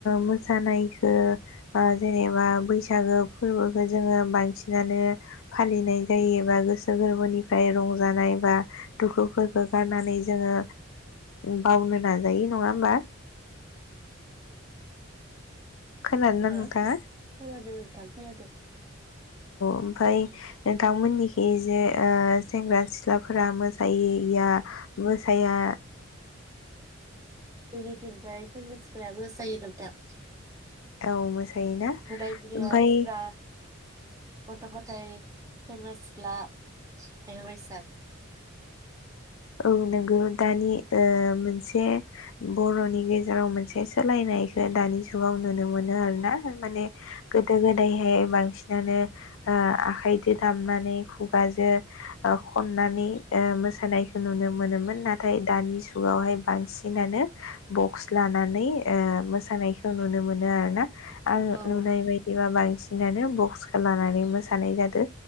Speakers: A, on the left (about 80°); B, on the right (about 15°).
A: मोसानायखो बा जेनेबा बैसागो फोरबोखौ जोङो बांसिनानो फालिनाय जायो बा गोसो गोरबोनिफ्राय रंजानाय बा दुखुफोरखौ गारनानै जोङो बावनो नाजायो नङा होमबा? खोनादोंना
B: हो
A: नोंथाङा?
B: खोनादों नोंथां खोनादों
A: ओमफ्राय नोंथांमोननिखै जे सेंग्रा सिख्लाफोरा मोसायैया मोसाया
B: जोंनिथिंजाय सेंग्रा सिख्लाया मोसायो नोंथां।
A: औ मोसायोना
B: बोराय बुरैया
A: ओमफाय
B: एक्सट्रा गथ गथाय सेंग्रा सिख्ला बेफोर बायसा
A: औ नोंगौ दानि ओ मोनसे बरनि गेजेराव मोनसे सोलायनायखौ दानि जुगाव नुनो मोनो आरो ना माने गोदो गोदायहाय बांसिनानो ओ आखायजों दामनानै खुगाजों खननानै ओ मोसानायखौ नुनो मोनोमोन नाथाय दानि जुगावहाय बांसिनानो बक्स लानानै ओ मोसानायखौ नुनो मोनो आरो ना आं
B: औ
A: नुनाय बायदिबा बांसि नानो बक्सखौ लानानै मोसानाय जादो।